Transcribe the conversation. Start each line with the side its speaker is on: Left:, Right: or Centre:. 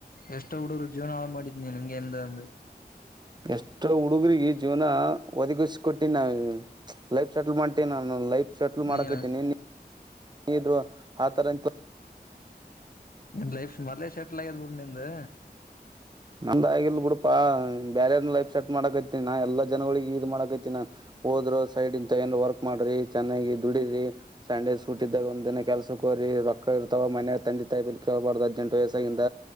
Left: ಎಷ್ಟ ಹುಡುರು ಜೀವನ ಹಾಳು ಮಾಡಿದ್ನಿ ನಿಂಗೆ ಎಂದಂದು
Right: ಎಷ್ಟೋ ಹುಡುಗ್ರಗ ಜೀವನ ಒದಗಿಸ ಕೊೊಟ್ಟೀ ನಾವ ಲೈಫ್ ಸೆಟಲ್ ಮಾಡ್ೀ ನಾನು ಲೈಫ್ ಸೆಟ್ಲ್ ಮಾಡಕತೀನಿ
Left: ನೀನ್
Right: ನೀ ಹ್ರು ಆಥರ ಇಂತ
Left: ನ ಲೈಫ್ ಮದೆ ಸೆಟಲ್ ಆಗ್ಯದ್ಬುಡ್ ನಿಂದು
Right: ನಂದ ಆಗಲ್ ಬಿಡಪಾ ಬ್ಯಾರೆ ಲೈಫ್ ಸೆಟ್ ಮಾಡಕೈತಿನಿ ನಾ ಎಲ್ಲಾ ಜನಗಳಿಿಗೆ ಇ ಇದ ಮಾಡಕೈತಿಿನಿ ನಾನ್ ಹೋದ್ರು ಸೈಡ್ ಇಂತ ಏನ್ ವರ್ಕ್ ಮಾಡ್ರಿ ಚೆನ್ನಾಗಿ ದುಡ್ರರಿ ಸಂಡೇ ಚುಟಿದ್ದಾಗ ಒಂದಿನನೆ ಕೆಲಸಕ್ಕೆ ಕೋರಿ ರೊಕ್ ಕ ಇರ್ತವ ಮೆಯ ತಂದ ತಾಯಿ ಕೇಳಬಾರ್ದ ಹದ್ೆಂಟ ವಯಸಿಂದ